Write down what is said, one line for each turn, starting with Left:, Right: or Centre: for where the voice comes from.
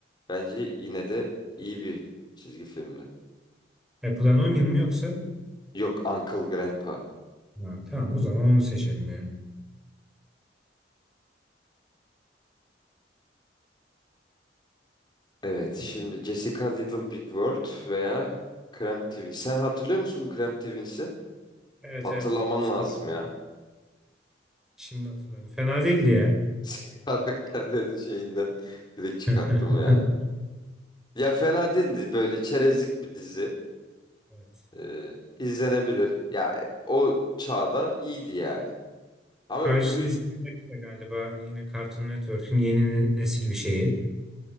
Left: bence yine de iyi bir çizgi filmdi.
Centre: Apple'ın onion mu yoksa?
Left: Yok Uncle Grandpa.
Centre: Ha, tamam o zaman onu seçelim ya.
Left: Evet, şimdi Jessica Little Big World veya Cramp Twins. Sen hatırlıyor musun bu Cramp Twins'i?
Centre: Evet
Left: Hatırlaman
Centre: evet. Şimdi,
Left: lazım ya.
Centre: şimdi hatırladım. Fena değildi ya.
Left: <laughs> Karakterlerin şeyinden direkt çıkarttım
Centre: <laughs>
Left: yani. Ya fena değildi böyle çerezlik bir dizi.
Centre: Evet.
Left: Ee, izlenebilir. Ya o çağda iyiydi yani. Ama
Centre: Karşısında
Left: öbürü
Centre: galiba yine Cartoon Network'ün yeni nesil bir şeyi.